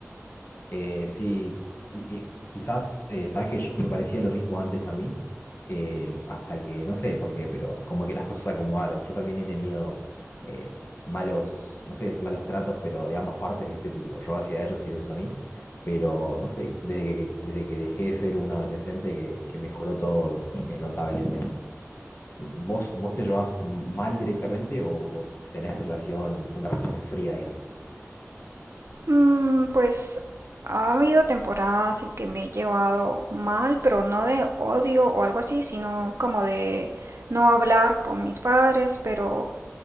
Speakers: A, on the left; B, on the right.
A: Eh, sí, y quizás, eh, sabes que yo- me parecía lo mismo antes a mí, eh, hasta que, no sé por qué, pero como que las cosas se acomodaron. Yo también he tenido eh, malos, no sé, si malos tratos, pero de ambas partes, ¿viste? Tipo, yo hacia ellos y ellos a mí. Pero, no sé, desde que, desde que dejé de ser un adolescente que, que mejoró todo eh, notablemente. ¿Vos, vos te llevas mal directamente o, o tenés relación, una relación fría, digamos?
B: Mm, pues ha habido temporadas en que me he llevado mal, pero no de odio o algo así, sino como de no hablar con mis padres, pero